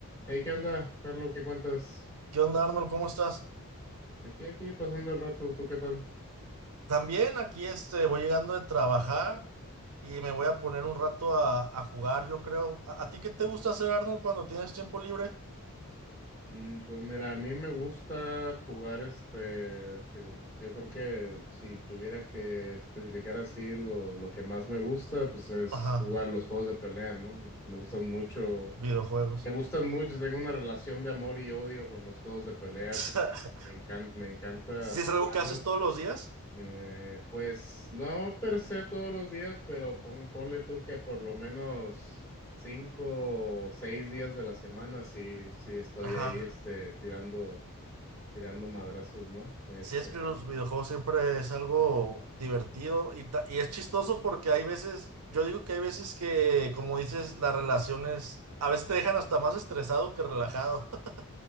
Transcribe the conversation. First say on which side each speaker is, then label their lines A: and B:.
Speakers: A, on the left (about 15°); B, on the right (about 85°).
A: Hey, ¿qué onda, Carlos? ¿Qué cuentas?
B: ¿Qué onda, Arnold? ¿Cómo estás?
A: Aquí, aquí, pasando el rato, ¿tú qué tal?
B: También aquí este, voy llegando de trabajar y me voy a poner un rato a, a jugar, yo creo. ¿A, a ti qué te gusta hacer, Arnold, cuando tienes tiempo libre?
A: Mm, pues mira, a mí me gusta jugar este, te digo, yo creo que si tuviera que especificar así lo, lo que más me gusta, pues es
B: Ajá,
A: jugar los juegos de pelea, ¿no? Me gustan mucho,
B: videojuegos.
A: me gustan mucho, tengo una relación de amor y odio con los juegos de pelea
B: <laughs>
A: porque me encanta, me encanta
B: Si es
A: jugarlo.
B: algo que haces todos los días?
A: Eh, pues no per se todos los días, pero pon- ponle tú que por lo menos cinco o seis días de la semana sí, sí estoy
B: Ajá.
A: ahí este, tirando, tirando madrazos, ¿no? Este.
B: Sí, es que los videojuegos siempre es algo divertido y, ta- y es chistoso porque hay veces, yo digo que hay veces que, como dices, las relaciones a veces te dejan hasta más estresado que relajado. <laughs>